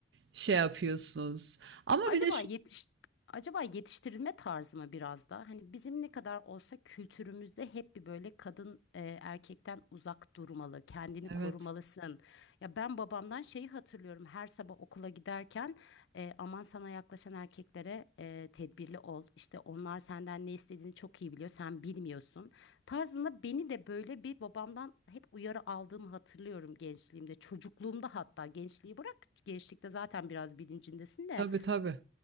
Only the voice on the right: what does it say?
şey yapıyorsunuz? Ama
bir de şu...
Evet.
Tabii tabii.